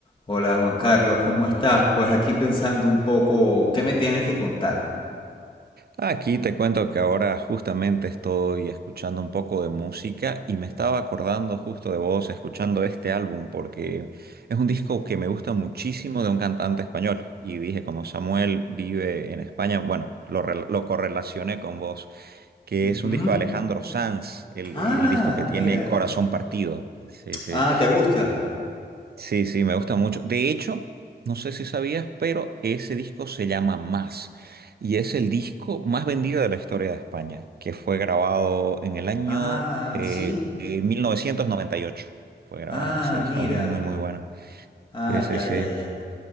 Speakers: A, on the left; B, on the right.
A: Hola Juan Carlos, ¿cómo estás? Pues aquí pensando un poco, ¿qué me tienes que contar?
B: Aquí te cuento que ahora justamente estoy escuchando un poco de música y me estaba acordando justo de vos escuchando este álbum porque es un disco que me gusta muchísimo de un cantante español y dije como Samuel vive en España, bueno, lo, rel- lo correlacioné con vos, que
A: Ujú.
B: es un disco de Alejandro Sanz, el,
A: Ah,
B: el disco que tiene
A: mira.
B: Corazón Partido. Sí, sí.
A: Ah, ¿te gusta?
B: Sí, sí, me gusta mucho. De hecho, no sé si sabías, pero ese disco se llama Más y es el disco más vendido de la historia de España, que fue grabado en el año
A: Ah,
B: eh,
A: sí.
B: eh, 1998. Fue grabado
A: Ah,
B: ese disco,
A: mira.
B: muy, muy, muy bueno.
A: Ah,
B: Sí, sí,
A: ya,
B: sí.
A: ya, ya.